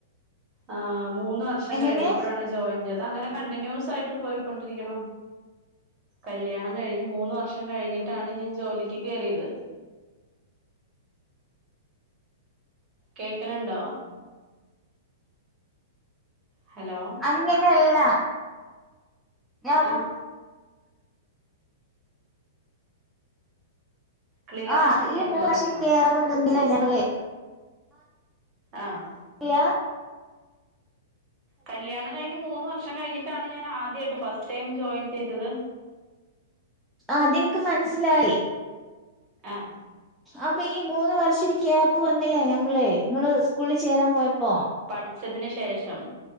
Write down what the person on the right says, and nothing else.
ആ മൂന്ന് വർഷം
കഴിഞ്ഞപ്പോഴാണ്. ജോയിൻ ചെയ്ത് അങ്ങനെ കണ്ടിന്യൂസ് ആയിട്ട് പോയിക്കൊണ്ടിരിക്ക്ണു. കല്ല്യാണം കഴിഞ്ഞ്മൂന്ന് വർഷം കഴിഞ്ഞിട്ടാണ് ഞാൻ ജോലിക്ക് കയറിയത്. കേക്ക്ണുണ്ടോ? ഹലോ?
ആഹ് ക്ലിയർ
ആവണില്ലേ
ചോദിക്കണത്
ആഹ്
കല്യാണം കഴിഞ്ഞ് മൂന്ന് വർഷം കഴിഞ്ഞിട്ടാണ് ഞാൻ ആദ്യമായിട്ട് ഫസ്റ്റ് ടൈം ജോയിൻ ചെയ്തത്.
ആഹ്
പഠിച്ചതിന് ശേഷം.